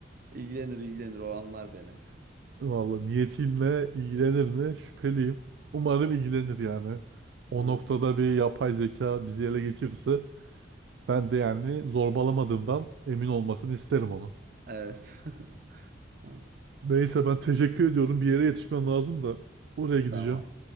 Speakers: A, on the right; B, on the right.
A: İlgilenir ilgilenir o anlar beni.
B: valla niyetiyle ilgilenir mi şüpheliyim. Umarım ilgilenir yani. O
A: Evet.
B: noktada bir yapay zeka bizi ele geçirirse Ben de yani zorbalamadığımdan emin olmasını isterim onu.
A: Evet. <laughs>
B: Neyse ben teşekkür ediyorum. Bir yere yetişmem lazım da oraya gideceğim.
A: Tamam.